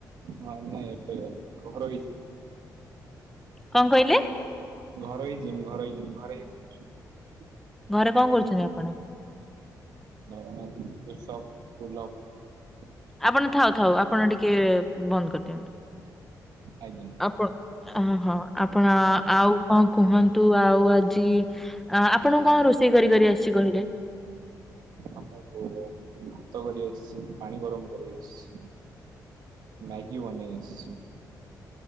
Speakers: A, on the right; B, in the centre.
A: ହଁ ନାଇଁ ଏବେ ଘରୋଇ
B: କଣ କହିଲେ?
A: ଘରୋଇ ଜିମ ଘରୋଇ ଜିମ୍ ଘରେ ହିଁ ରହୁଛୁ।
B: ଘରେ କଣ କରୁଛନ୍ତି ଆପଣ?
A: Normal push up, pull up.
B: ଆପଣ ଥାଉ ଥାଉ ଆପଣ ଟିକେ ବନ୍ଦ କରିଦିଅନ୍ତୁ।
A: ଆଜ୍ଞା
B: ଆପଣ ହ ହଁ ଆପଣ ଆଉ ହଁ କୁହନ୍ତୁ ଆଉ ଆଜି ଆପଣଙ୍କୁ କଣ ରୋଷେଇ କରି କରି ଆସିଛି କହିଲେ?
A: ଆମକୁ ଭାତ କରି ଆସିଛି, ପାଣି ଗରମ କରି ଆସୁଛି, ମ୍ୟାଗି ବନେଇ ଆସିଛି,